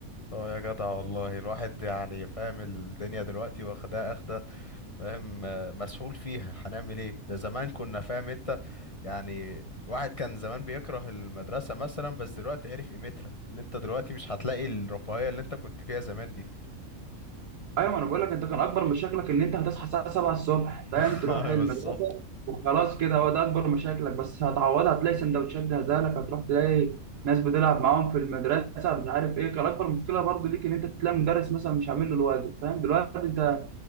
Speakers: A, on the left; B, on the right.
A: اه يا جدع والله الواحد يعني فاهم الدنيا دلوقتي واخدها اخدة فاهم آه، مسحول فيها هنعمل ايه ده زمان كنا فاهم انت يعني الواحد كان زمان بيكره المدرسة مثلا بس دلوقتي عرف قيمتها ان انت دلوقتي مش هتلاقي الرفاهية اللي انت كنت فيها زمان دي
B: ايوه ما انا بقول لك انت كان اكبر مشاكلك ان انت هتصحى الساعه 7 الصبح فاهم
A: <laughs>
B: تروح
A: اه
B: المدرسه
A: بالظبط
B: وخلاص كده هو ده اكبر مشاكلك بس هتعوضها هتلاقي سندوتشات جاهزه لك هتروح تلاقي ناس بتلعب معاهم في المدرسه مش عارف ايه كان اكبر مشكله برضو ليك ان انت تلاقي مدرس مثلا مش عامل له الواجب فاهم دلوقتي انت